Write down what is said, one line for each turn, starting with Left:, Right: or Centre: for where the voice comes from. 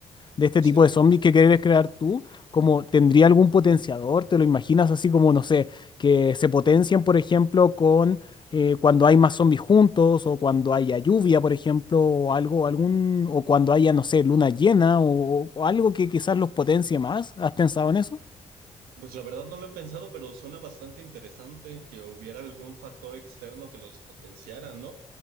Left: de este
Right: Se,
Left: tipo de zombies que quieres crear tú, como tendría algún potenciador, te lo imaginas así como, no sé, que se potencian, por ejemplo, con eh, cuando hay más zombies juntos, o cuando haya lluvia, por ejemplo, o algo, algún, o cuando haya, no sé, luna llena, o, o algo que quizás los potencie más. ¿Has pensado en eso?
Right: Pues la verdad no lo he pensado, pero suena bastante interesante que hubiera algún factor externo que los potenciara, ¿no?